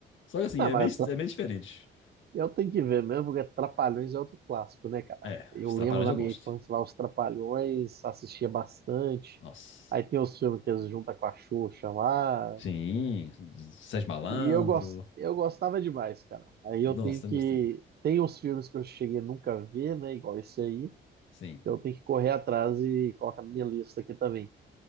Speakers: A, on the left; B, on the right.
A: Só que assim,
B: Não,
A: é
B: mas
A: meio,
B: Tra-
A: é meio diferente.
B: eu tenho que ver mesmo, porque Trapalhões é outro clássico, né, cara?
A: É,
B: Eu
A: os
B: lembro
A: Trapalhões
B: na
A: eu
B: minha
A: gosto.
B: infância lá os Trapalhões, assistia bastante.
A: Nossa.
B: Aí tem os filmes que eles juntam com a Xuxa lá.
A: Sim, Sérgio Malandro.
B: E eu, gos- eu gostava demais, cara. Aí
A: Nossa,
B: eu tenho
A: também
B: que.
A: gostei.
B: Tem os filmes que eu cheguei a nunca ver, né? Igual esse aí.
A: Sim.
B: Então eu tenho que correr atrás e colocar na minha lista aqui também.